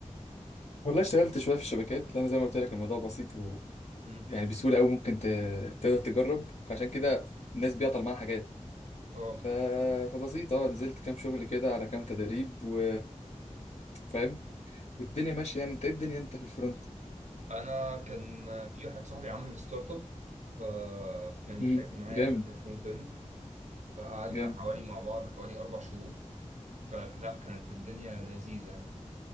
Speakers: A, on the left; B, on the right.
A: والله اشتغلت شويه في الشبكات لان زي ما قلت لك الموضوع بسيط و...
B: مم.
A: يعني بسهوله قوي ممكن ت... تقدر تجرب فعشان كده
B: مم.
A: الناس بيعطل معاها حاجات
B: اه
A: ف... فبسيط اه نزلت كام شغل كده على كام تدريب و فاهم والدنيا ماشيه يعني انت ايه الدنيا انت في الفرونت
B: انا كان في واحد صاحبي عامل ستارت اب فكان
A: مم.
B: محتاجني معاه
A: جامد
B: يعني كفرونت اند فقعدنا
A: جامد
B: حوالي مع بعض حوالي اربع شهور فلا كانت الدنيا لذيذة يعني